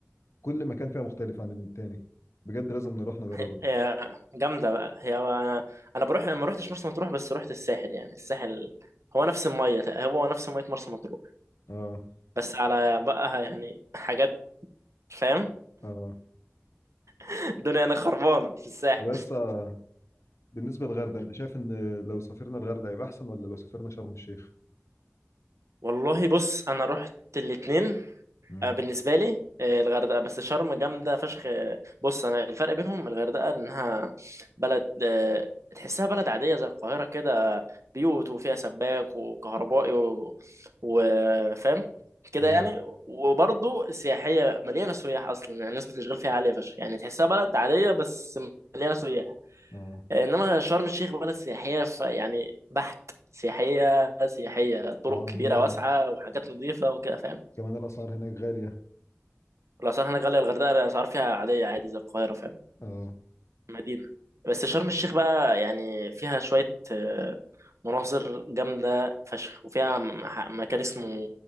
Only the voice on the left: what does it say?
كل مكان فيها مختلف عن التاني بجد لازم نروح نجربها
اه
اه
بس آه. بالنسبة للغردقة انت شايف ان لو سافرنا الغردقة هيبقى احسن ولا لو سافرنا شرم الشيخ؟
امم
اه
اه
اه
هي
كمان الاسعار هناك غالية
اه